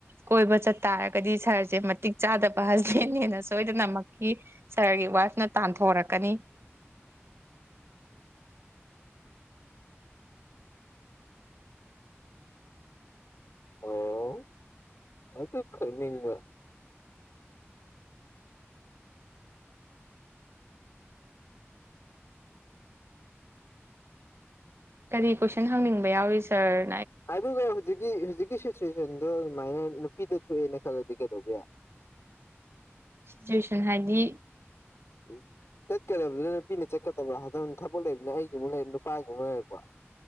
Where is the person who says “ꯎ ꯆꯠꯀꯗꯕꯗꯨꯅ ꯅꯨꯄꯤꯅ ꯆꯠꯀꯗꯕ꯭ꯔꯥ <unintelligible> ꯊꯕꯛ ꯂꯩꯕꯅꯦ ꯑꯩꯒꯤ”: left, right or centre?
Left